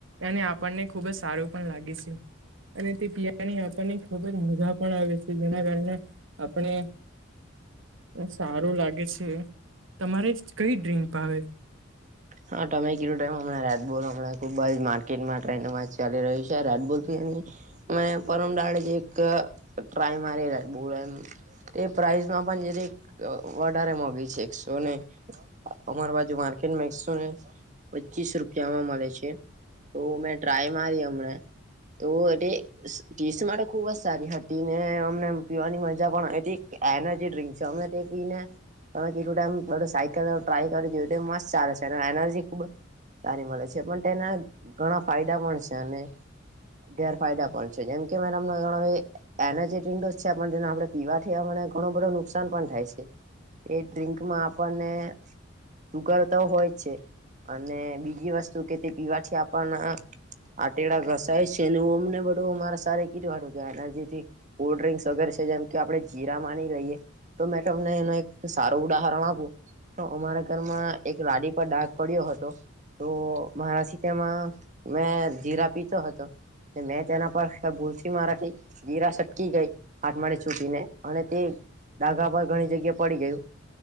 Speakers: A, on the right; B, on the right.
A: એને આપણને ખુબ જ સારું પણ લાગી છે. અને તે પિયાની આપણને ખુબ જ મજા પણ આવે છે જેના કારણે આપણે <unintelligible> સારું લાગે, છે તમારે કઈ ડ્રિંક ભાવેે?
B: હા તમે કીધું ટાઈમ હમણા રેડબૂલ હમણા ખૂબ જ માર્કેટમાં ટ્રેનમાં જ ચાલી રહ્યું છે રેડબુલ એની મને પરમ દાડે એક ટ્રાય મારેલા બ <inaudible> એ પ્રાઈઝમાં પણ <inaudible> વધારે મોઘી છે એકસો ને અમાર બાજુ માર્કેટમાં એકો પચીસ રૂપિયામાં મળે છે. તો મેં ટ્રાય મારી હમને તો એ ટીસ્ટ માટે ખુબ જ સારી હતી ને અમને પીવાની મજા પણ એ એનર્જી ડ્રિકસમે તે પી ને તમે કેમ સકલ ટ્રાય કર એ મસ્ત ચાલે એનર્જી ખુબ જ સારી મળે છે પણ તેના ઘણા ફાયદા પણ છે અને ગેરફાયદા પણ છે. જેમ કે મેડમવે એનર્જેટિક નો જ છે પણ જેને આપણે પીવાથીવા ઘણું બધો નુકસાન પણ થાય છે. એ ડ્રિંકમાં આપણને સુુગર ના હોય. છે અને બીજી વસ્તુ કે તે પીવાથી યાપણ ના આટેડા ઘસાય છે હ અમને બધું મારા સ કીધું વાનું કે એલજી. કોલ્ડ ડ્રિંક્સ વગેરે છે જેમ કે આપડણે જીરા માની લઈએ. તો મેં તમને એનું એક સારું ઉદાહરણ આપું તો અમારા ઘરમાં એક લાડી ઉપ ડાગ પડ્યો હતો તો મારાથી તેમાં મેં જીરા પીધ હતો. મેં તેના પર ભૂલશ મારાથી જીરા સટકી ગઈ હાથમાળે છૂટી ને અને તે ડાઘા પર ઘણી જગ્યા પડી ગયું